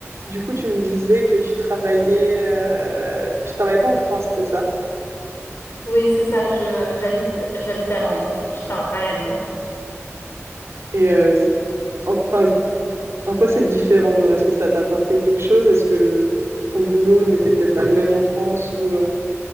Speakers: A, on the right; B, on the left.
A: Du coup, tu me disais que tu travaillais, euh, tu travailles pas en France, c'est ça?
B: Oui, c'est ça, je j'habite j'habite à Londres, donc je travaille à Londres.
A: Et euh, c- en, enfin, en quoi c'est différent, genre, est-ce que ça t'a apporté quelque chose? Est-ce que le- ton boulot n'était peut-être pas le même en France ou euh